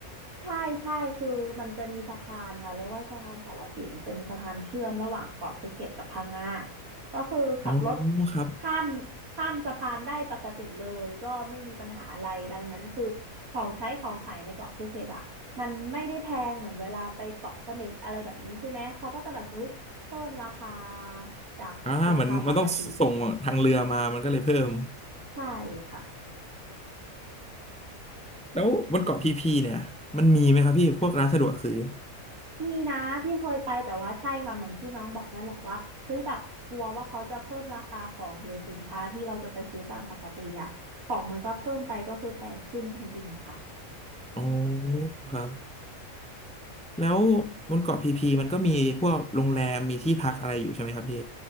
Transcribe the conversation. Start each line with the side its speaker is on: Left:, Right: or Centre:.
Right: ใช่ใช่คือมันจะมีสะพานค่ะเรียกว่าสะพานสารสินเป็นสะพานเชื่อมระหว่างเกาะภูเก็ตกับพังงาก็คือขับรถ
Centre: อ๋อครับ
Right: ข้ามข้ามสะพานได้ปกติเลยก็ไม่มีปัญหาอะไรดังนั้นคือของใช้ของขายในเกาะภูเก็ตอะ มันไม่ได้แพงเหมือนเวลาไปเกาะเสม็ดอะไรแบบนี้ใช่ไหมเขาก็จะแบบออ้ยเพิ่มราคาจากราคาปกติ
Centre: อ่าเหมือนมันต้องส่งทางเรือมามันก็เลยเพิ่ม
Right: ใช่ค่ะ
Centre: แล้วบนเกาะพีพีเนี่ยมันมีไหมครับพี่พวกร้านสะดวกซื้อ
Right: มีนะที่เคยไปแต่ว่าใช่ค่ะเหมือนที่น้องบอกนั่นแหละว่าเฮ้ยแบบกลัวว่าเขาจะเพิ่มราคาของหรือสินค้าที่เราจะไปซื้อตามปกติอ่ะของมันก็เพิ่มไปก็คือแพงขึ้นจริงๆค่ะ
Centre: อ๋อครับแล้วบนเกาะพีพีมันก็มีพวกโรงแรมมีที่พักอะไรอยู่ใช่ไหมครับพี่